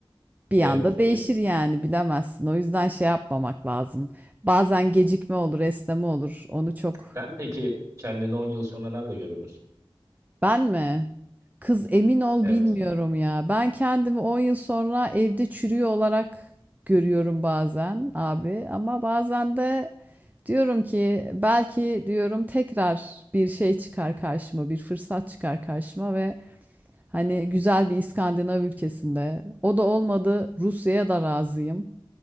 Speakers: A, on the right; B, on the right.
A: bir
B: Evet
A: anda
B: tabii.
A: değişir yani bilemezsin. O yüzden şey yapmamak lazım. Bazen gecikme olur, esneme olur. Onu çok
B: Sen peki kendini 10 yıl sonra nerede görürsün?
A: Ben mi? Kız emin ol
B: Evet.
A: bilmiyorum ya. Ben kendimi 10 yıl sonra evde çürüyor olarak görüyorum bazen abi. Ama bazen de diyorum ki belki diyorum tekrar bir şey çıkar karşıma, bir fırsat çıkar karşıma ve hani güzel bir İskandinav ülkesinde. O da olmadı Rusya'ya da razıyım.